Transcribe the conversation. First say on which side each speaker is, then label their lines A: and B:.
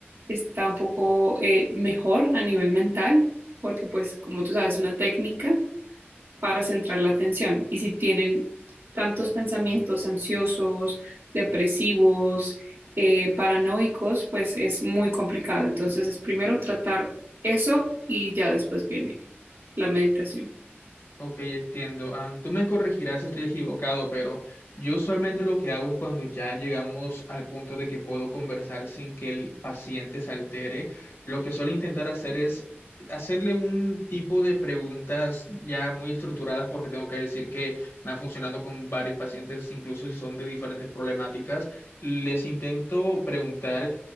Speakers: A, on the right; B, on the left.
A: está un poco eh, mejor a nivel mental, porque pues como tú sabes, es una técnica para centrar la atención. Y si tienen tantos pensamientos ansiosos, depresivos, eh, paranoicos, pues es muy complicado. Entonces es primero tratar eso y ya después viene la meditación.
B: Ok, entiendo. Am, tú me corregirás si estoy equivocado, pero yo usualmente lo que hago es cuando ya llegamos al punto de que puedo conversar sin que el paciente se altere, lo que suelo intentar hacer es hacerle un tipo de preguntas ya muy estructuradas, porque tengo que decir que me ha funcionado con varios pacientes, incluso si son de diferentes problemáticas. Les intento preguntar